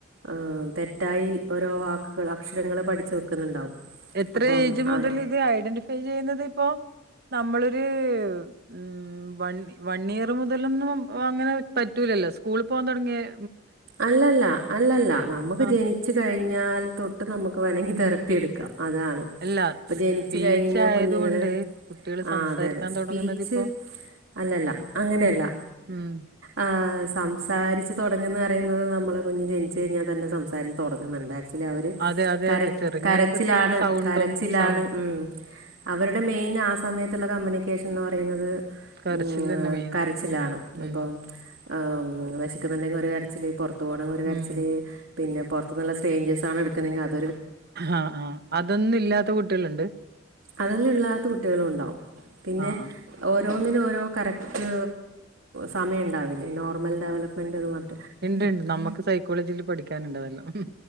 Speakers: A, on the right (about 75°); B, on the right (about 55°).
A: ആഹ് തെറ്റായി ഓരോ വാക്കുകൾ അക്ഷരങ്ങള്പഠിച്ചു വെക്കുന്നുണ്ടാവും.
B: എത്ര
A: അപ്പം
B: ഏജ് മുതൽഇത്
A: അത്
B: ഐഡന്റിഫയ് ചെയ്യുന്നത് ഇപ്പോ? നമ്മളൊരു ഉം വൺ വൺ ഇയർ മുതലൊന്നും അങ്ങനെ പറ്റൂൽ- വല്ലോ സ്കൂളിൽ പോവാൻ തൊടങ്ങി-
A: അല്ലല്ല അല്ലല്ല നമുക്ക്
B: ആ
A: ജനിച്ചു കഴിഞ്ഞാൽ തൊട്ട് നമുക്ക് വേണെങ്കി തെറപ്പ് അതാണ്
B: അല്ല
A: ഇപ്പ
B: സ്പീച്ച്
A: ജനിച്ചു കഴിഞ്ഞ് കഴിഞ്ഞാൽ
B: ആയതുകൊണ്ട്
A: കുഞ്ഞുങ്ങള്
B: കുട്ടികൾ
A: ആഹ്
B: സംസാരിക്കാൻ
A: അതെ അതെ സ്പീച്ച്-
B: തുടങ്ങുന്നത് ഇപ്പോ
A: അല്ലല്ല അങ്ങനെയല്ല
B: ഉം ഉം
A: ആഹ് സംസാരിച്ച് തൊടങ്ങ്ന്ന- പറയുന്നത് നമ്മള കുഞ്ഞ് ജനിച്ചു കഴഞ്ഞാൽന്നെ സംസം- തൊടങ്ങുന്നുണ്ട് ആക്ച്വലി അവര്
B: അതെ അതെ
A: കര
B: അതെ ചെറുങ്ങനെ
A: കരച്ചിലാണ്
B: ചെറിയ സൗണ്ടും
A: കരച്ചിലാണ്
B: സൗണ്ട്
A: ഉം- അവരുടെ മെയിനാ സമയത്തുള്ള കമ്മ്യൂണിക്കേഷൻ എന്ന് പറയുന്നത്-
B: കരച്ചിലന്നെ
A: ഉംആഹ്
B: മെയിൻ
A: കരച്ചിലാണ്
B: ഉം ഉം ഉം
A: ഇപ്പം ആഹ് വെശക്കുന്നുണ്ടെങ്കിൽഒരു കരച്ച പുറത്ത് പോണിൽ ഒരു കരച്ചില്
B: ഉം
A: പിന്നെ പുറത്തുന്നുള്ള സ്ട്രേഞ്ചസ് ആണ് എക്കുന്നതെങ്കി അത്
B: ആഹ് ആ അതൊന്നും ഇല്ലാത്ത കുട്ടികളുണ്ട്
A: അതെല്ലാം <unintelligible> കുട്ടികളും ഉണ്ടാവും പിന്നെ
B: ആ ആ
A: ഓരോന്നിനും ഓരോ കറക്ട് സമയം ഉണ്ടാവില്ലേ നോർമൽ ഡെവലപ്മെന്റ്ന്ന് പറ
B: ഉണ്ട്ണ്ട് നമുക്ക് സൈക്കോളജിയിൽ പഠിക്കാനുണ്ടതെല്ലാം